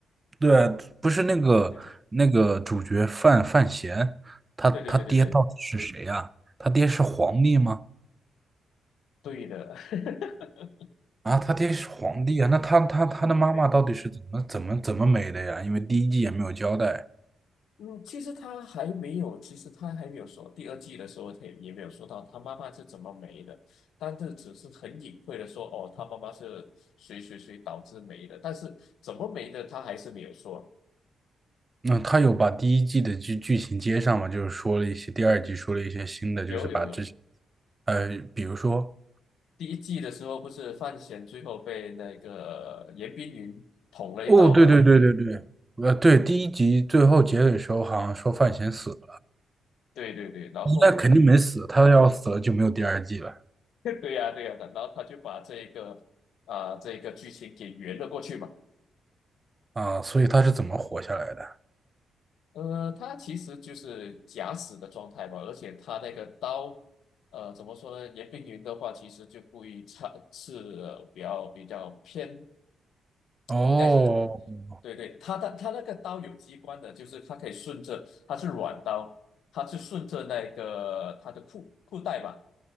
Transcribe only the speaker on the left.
对
对对对对对
对对的，<laughs> 对
对对 <laughs>
嗯，其实他还没有，其实他还没有说第二季的时候，他也也没有说到他妈妈是怎么没的，但是只是很隐晦的说，哦，他妈妈是谁谁谁导致没的，但是怎么没的，他还是没有说。
有有有，
第一季的时候不是范闲最后被那个严冰云捅了一刀嘛，
对不对？
对对对，然后
<laughs> 对呀、对呀、然后他就把这个啊、这个剧情给圆了过去嘛。
呃，他其实就是假死的状态吧，而且他那个刀，呃，怎么说呢？严冰云的话，其实就故意插是比较比较偏，
应该是，对对，他的他那个刀有机关的，就是它可以顺着，它是软刀，它是顺着那个他的裤裤带吧，